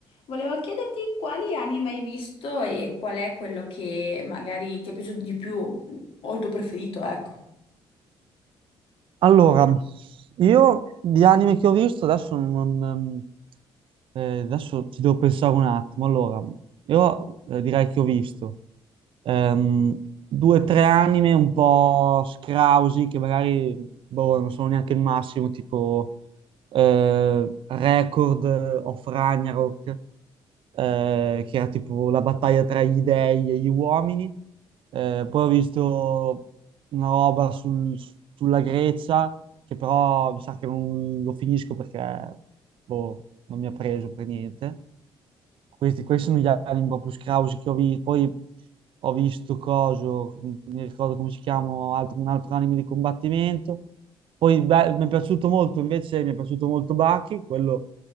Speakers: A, on the left; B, on the right.
A: Volevo chiederti quali anime hai visto e qual è quello che magari ti è piaciuto di più mm, o il tuo preferito, ecco.
B: Allora, io di anime che ho visto adesso non... ehm, eh, adesso ci devo pensare un attimo. Allora, io eh, direi che ho visto ehm, due o tre anime un po' scrausi che magari boh, non sono neanche il massimo, tipo eh, Record of Ragnarok eh, che era tipo la battaglia tra gli dei e gli uomini. Eh, poi ho visto una roba sul- sulla Grecia, che però mi sa che non lo finisco perché boh, non mi ha preso per niente. Questi, questi sono gli anime proprio scrausi che ho visto. Poi ho visto coso, non mi ricordo come si chiama, altro- un altro anime di combattimento. Poi beh, mi è piaciuto molto, invece mi è piaciuto molto Baki, quello